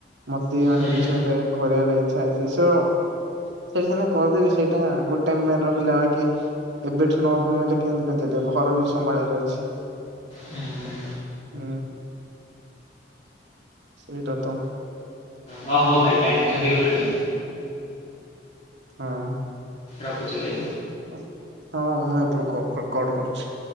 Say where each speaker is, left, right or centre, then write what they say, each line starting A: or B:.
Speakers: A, on the right; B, on the left.
A: ମତେ ବି ମାନେ
B: ହୁଁ।
A: କିଛି ଗୋଟେ କରିବାର ଇଚ୍ଛା ଅଛି ସୋ। ସେଠି ସିନା କରିଦେବି ସେଇଟା ଗୋଟେ ମେଲ ରହିଲା ଅଇକି। ଏବେଠୁ ନ କମେଇଲେ କେମିତି କଣ ଚାଲିବ ଘର ବି ସମ୍ଭାଳିବାର ଅଛି।
B: ହୁଁ।
A: ହୁଁ। ସେଇଟା ତ।
B: ହଁ ହଉ ଭାଇ ଟାଇମ୍ ତ ହେଇଗଲାଣି।
A: ହଁ।
B: ରଖୁଛିି ଭାଈ।
A: ଉଁ ହଁ ହଉ ମୁଁ ଏପଟୁ କ-କଟ କଟ କରୁଛି।